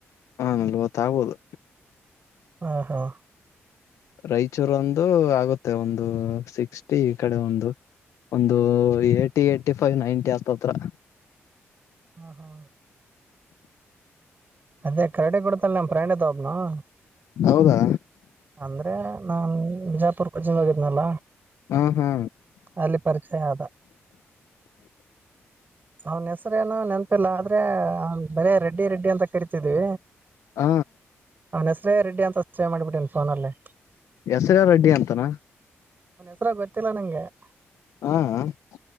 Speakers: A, on the left; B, on the right.
A: ಹ ನಲ್ವತ್ತ ಆಗ್ಬೊದು
B: ಹಾ ಹಾ
A: ರಾಯಚೂರ ಒಂದು ಆಗುತ್ತೆ ಒಂದು ಸಿಕ್ಸ್ಟಿ ಈ ಕಡೆ ಒಂದು ಒಂದು ಏಟಿ ಏಟಿಫೈವ್ ನೈನ್ಟಿ ಅತ್ತತ್ರ
B: ಹಾ ಹಾ ಅದೇ ಕರಡಿ ಗುಡ್ಡದಲ್ಲಿ <unintelligible>
A: ಹೌದಾ
B: ಅಂದ್ರೆ ನಾನ್ ಬಿಜಾಪುರ್ ಕೊಚಿಗ್ ಹೋಗಿದ್ನಲ್ಲ
A: ಹ ಹಾ
B: ಅಲ್ಲಿ ಪರಿಚಯ ಆದ ಅವ್ನ್ ಹೆಸರೆನೊ ನೆನಪಿಲ್ಲ ಆದ್ರೆ ಬರೆ ರೆಡ್ಡಿ ರೆಡ್ಡಿ ಅಂತ ಕರಿತಿದ್ವಿ
A: ಹ
B: ಅನ್ವ್ ಹೆಸ್ರೇ ರೆಡ್ಡಿ ಅಂತ ಸೇವ್ ಮಾಡ್ಬಿಟ್ಟಿನ್ ಫೋನ್ ಅಲ್ಲಿ
A: ಹೆಸರೆ ರೆಡ್ಡಿ ಅಂತನಾ
B: <unintelligible> ಗೊತ್ತಿಲ್ಲ ನಂಗೆ <unintelligible>
A: ಹಾ